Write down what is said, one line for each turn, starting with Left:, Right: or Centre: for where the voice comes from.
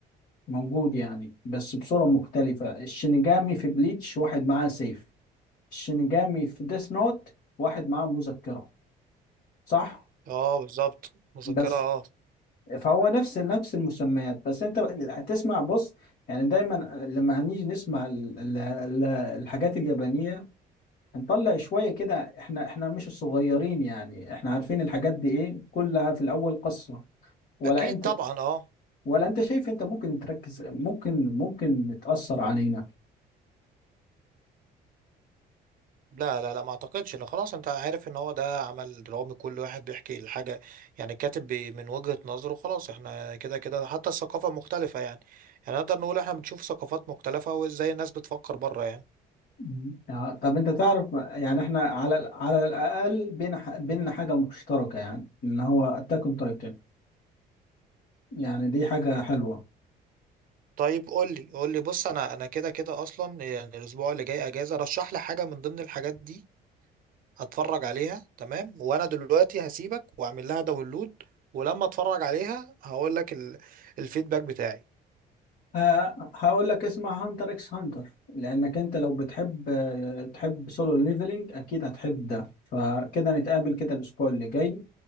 Left: موجود يعني بس بصوره مختلفه الشينيغامي في بليتش واحد معاه سيف الشينيغامي في ديث نوت واحد معاه مذكره صح
Right: اه بالظبط مذكره
Left: بس
Right: اه
Left: فهو نفس نفس المسميات بس انت هتسمع بص يعني دايما لما هنيجي نسمع ال- ال- ال- الحاجات اليابانية هنطلع شوية كده احنا احنا مش الصغيرين يعني احنا عارفين الحاجات دي ايه كلها في الاول قصة ولا
Right: اكيد
Left: انت
Right: طبعا اه
Left: ولا انت شايف انت ممكن تركز ممكن ممكن تأثر علينا
Right: لا لا لا ما اعتقدش لا خلاص انت عارف ان هو ده عمل درامي كل واحد بيحكي الحاجة يعني كاتب بي- من وجهة نظره خلاص احنا كده كده حتى الثقافة مختلفة يعني يعني نقدر نقول احنا بنشوف ثقافات مختلفة وازاي الناس بتفكر بره يعني
Left: مم. يعني طب انت تعرف يعني احنا على ال- على الاقل بينا ح- بينا حاجة مشتركة يعني ان هو اتاك اون تايتن يعني دي حاجة حلوة
Right: طيب قول لي قول لي بص انا انا كده كده اصلا يعني الاسبوع اللي جاي اجازة رشح لي حاجة من ضمن الحاجات دي اتفرج عليها تمام وانا دلوقتي هسيبك واعمل لها داونلود ولما اتفرج عليها هقول لك ال- الفيدباك بتاعي
Left: آه، هقول لك اسمع هانتر اكس هانتر لانك انت لو بتحب آه، تحب سولو ليفلنج اكيد هتحب ده فكده نتقابل كده الاسبوع اللي جاي